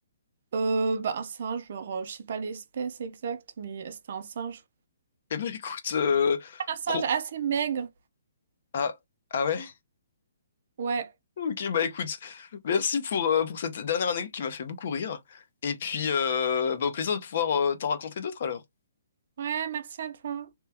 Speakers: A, on the right; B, on the left.
A: Euh, bah, un singe, genre, euh, je sais pas l'espèce exacte, mais c'était un singe.
B: Eh ben, écoute, euh,
A: Un singe
B: trop...
A: assez maigre.
B: Ah, ah ouais?
A: Ouais.
B: Ok, bah écoute, merci pour, euh, pour cette dernière anecdote qui m'a fait beaucoup rire. Et puis, euh, bah, au plaisir de pouvoir euh, t'en raconter d'autres, alors.
A: Ouais, merci à toi.